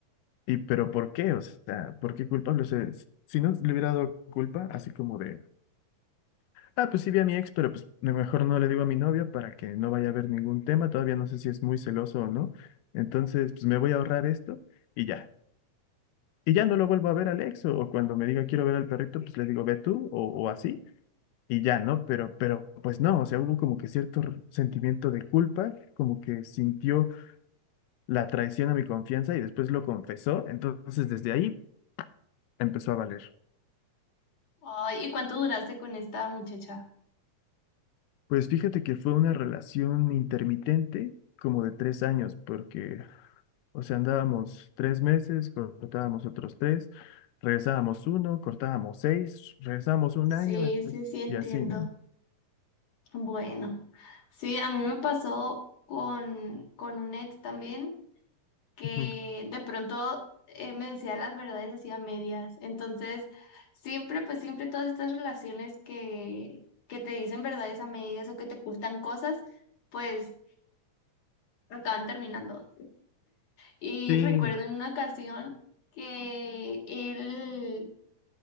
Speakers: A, on the left (about 85°); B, on the left (about 55°).
A: y pero ¿por qué? O sea, ¿por qué culpable? O sea, si no le hubiera dado culpa, así como de Ah, pues sí vi a mi ex, pero pues lo mejor no le digo a mi novio para que no vaya a haber ningún tema. Todavía no sé si es muy celoso o no. Entonces, pues me voy a ahorrar esto y ya. Y ya no lo vuelvo a ver al ex o, o cuando me diga quiero ver al perrito, pues le digo ve tú o, o así y ya, ¿no? Pero, pero pues no, o sea, hubo como que cierto r- sentimiento de culpa, como que sintió la traición a mi confianza y después lo confesó. Entonces, desde ahí empezó a valer.
B: Ay, ¿y cuánto duraste con esta muchacha?
A: Pues fíjate que fue una relación intermitente como de tres años, porque O sea, andábamos tres meses, cortábamos otros tres, regresábamos uno, cortábamos seis, regresábamos un
B: Sí,
A: año
B: sí, sí, entiendo.
A: y así, ¿no?
B: Bueno, sí, a mí me pasó con, con un ex también que
A: Ujú.
B: de pronto eh, me decía las verdades así a medias. Entonces, siempre, pues siempre todas estas relaciones que, que te dicen verdades a medias o que te ocultan cosas, pues acaban terminando. Y
A: Sí.
B: recuerdo en una ocasión que él,